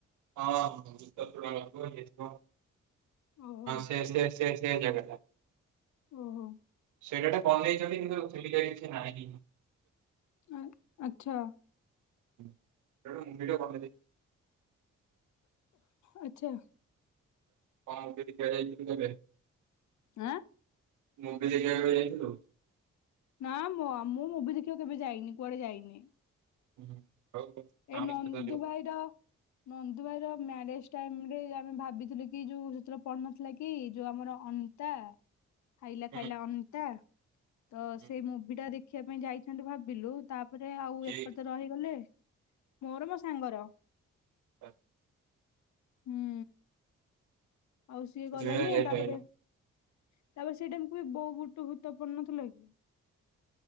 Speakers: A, on the right; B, on the left.
A: ହଁ-ହ ଗୁପ୍ତ ସୁଡ଼ଙ୍ଗ
B: ଓହୋ
A: ସେ-ସେ-ସେ ସେ ଜାଗାଟା।
B: ଓହୋ।
A: ସେଇଟାଟା ବନେଇଛନ୍ତି କିନ୍ତୁ ସେମିତିଆ କିଛି ନାହିଁ।
B: ଆ-ଆଚ୍ଛା।
A: ଏଇଟା ଗୋଟେ ମୁଭିଟେ ବନେଇ ଦେ
B: ଆଚ୍ଛା।
A: କଣ ଦିଆଯାଇଥ <unintelligible>
B: ଆଁ
A: ମୁଭି ଦେଖିବାକୁ ଯାଇଥିଲୁ।
B: ନା ମୋ ମୁଁ ମୁଭି ଦେଖିବା କେବେ ଯାଇନି କୁଆଡେ ଯାଇନି।
A: ହୁଁ। ଆଉ ସ୍ୱାମୀ
B: ଏଇ ନନ୍ଦୁ
A: ସହିତ ଯିବୁ।
B: ଭାଇ ର ନନ୍ଦୁ ଭାଇ ର ମ୍ୟାରେଜ ଟାଇମ ରେ ଆମେ ଭାବିଥିଲୁ କି ଯୋଉ ସେତେବେଳେ ପଢୁନଥିଲା କି ଯୋଉ ଆମର ଅନ୍ତା ଖାଇଲା-ଖାଇଲା
A: ହୁଁ
B: ଅନ୍ତା଼। ତ
A: ହୁଁ।
B: ସେଇ ମୁଭି ଟା ଦେଖିବା ପାଇଁ ଯାଇଛନ୍ତି ଭାବିଲୁ ତାପରେ ଆଉ
A: ଠିକ୍।
B: ଏପଟ ତ ରହିଗଲେ। ମୋର ମୋ ସାଙ୍ଗର।
A: ହ <inaudible>
B: ହୁଁ ଆଉ ସିଏ ଗଲଣିି
A: ସେଥିପାଇଁ ଯାଇପାରିଲୁନି।
B: ତାପରେ ତାପରେ ସେଇ ଟାମକୁ ବୋଉ ବୁଟୁ ଭୁତ ପଡିନଥିଲା କି?